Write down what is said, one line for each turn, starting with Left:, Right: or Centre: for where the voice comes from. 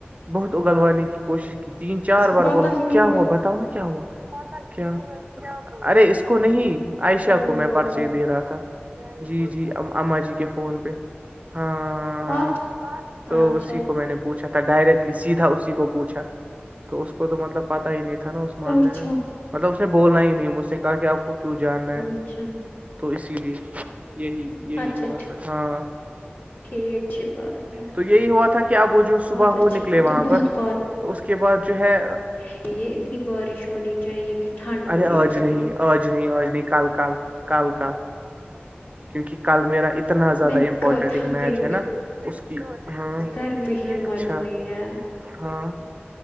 Right: بہت اگلوانے کی کوشش کی تین چار
Left: اس کو
Right: بار
Left: پتا
Right: بولا کہ
Left: ہی نہیں
Right: کیا
Left: ہوگا
Right: ہوا بتاؤ نا کیا ہوا کیا ارے اس کو نہیں
Left: کیا
Right: عائشہ کو
Left: ہی
Right: میں
Left: بولتا
Right: پرچے دے رہا تھا جی جی اما جی کے فون پہ ہاں ہاں
Left: آٹھ
Right: ہاں تو
Left: اچھا
Right: اسی کو میں نے پوچھا تھا ڈائریکٹلی سیدھا اسی کو پوچھا تو اس کو تو مطلب پتا ہی نہیں تھا نا اس معاملے
Left: اچھا
Right: میں مطلب اس نے بولنا ہی نہیں مجھ نے کہا کہ آپ کو کیوں جاننا
Left: اچھا
Right: ہے تو اسی لیے یہی یہی
Left: اچھا
Right: ہوا س ہاں
Left: ٹھیک اچھی بات ہے
Right: تو یہی ہوا تھا کہ اب وہ جو صبح
Left: بہت
Right: ہو
Left: اچھی
Right: نکلے
Left: بات
Right: وہاں
Left: ہے بہت
Right: پر
Left: بارش
Right: تو اس کے بعد جو ہے
Left: ہے یہ اتنی بارش ہونی چاہیے کہ ٹھنڈ
Right: ارے
Left: ہونی
Right: آج
Left: چاہیے
Right: نہیں آج نہیں آج نہیں کل کل کل کل کیونکہ کل میرا اتنا زیادہ
Left: میں
Right: امپورٹنٹ
Left: تھک
Right: ایک میچ
Left: گئی ہوں
Right: ہے نا
Left: اس
Right: اس کی ہاں
Left: گرمی کی ہمت
Right: اچھا
Left: نہیں ہے
Right: ہاں